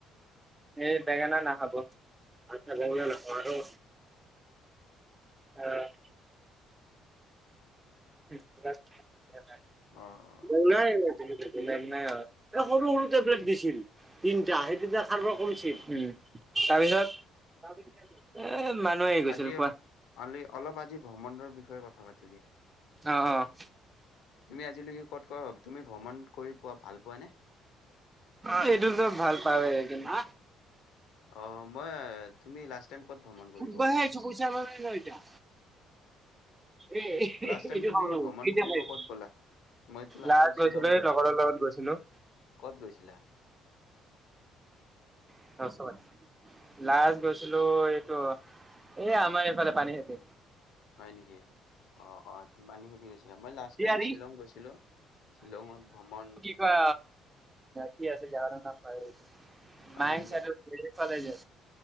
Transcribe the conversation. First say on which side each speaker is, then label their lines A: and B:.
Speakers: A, on the right; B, on the left.
A: এই, বেঙেনা নাখাব। আচ্ছা, বেঙেনা নাখাওঁ আৰু? অ'! <unintelligible>
B: অ', অ'।
A: নাই নাই এ সৰু সৰু টেবলেট দিছিল। তিনিটা, সেই তিনিটা খাৱাৰ পৰা কমচিল। তাৰপিছত এ মানুহে আহি গৈছিল,
B: আজি
A: কোৱা?
B: অলি অলপ আজি ভ্ৰমণৰ বিষয়ে কথা পাতো দিয়া।
A: অ', অ'।
B: তুমি আজিলৈকে ক'ত ক'ত, তুমি ভ্ৰমণ কৰি পোৱা ভাল পোৱা নে?
A: সেইটোতো যে ভাল পাবয়ে, কিন্তু
B: অ' মই তুমি লাষ্ট টাইম ক'ত ভ্ৰমণ কৰিব
A: সুধবহে
B: গ'লা?
A: আহিছো পইছা নাই অনা এতিয়া। এ
B: লাষ্ট টাইম
A: এইটো
B: তুমি
A: খাওঁ ৰ'ব,
B: ভ্ৰমণ
A: এতিয়া
B: কৰিব
A: খাই আহিছো।
B: ক'ত গ'লা? মইতো লাষ্ট
A: লাৰত
B: টাইম শ্বিলং
A: গৈছিলো এই লগৰৰ লগত গৈছিলোঁ।
B: ক'ত গৈছিলা?
A: <unintelligible> লাষ্ট গৈছিলো এইটো এ আমাৰ ইফালে পানীখাইতি।
B: হয় নেকি? অ', অ' পানীখাইতি গৈছিলা। মই লা ষ্ট
A: ইয়াৰি
B: টাইম শ্বিলং গৈছিলোঁ। শ্বিলঙত ভ্ৰমণ
A: কিবা কি আছিল জেগাটোৰ নাম পাহৰি থাকিলো
B: খামৰেংগা
A: নহয়, মায়ং চাইডে?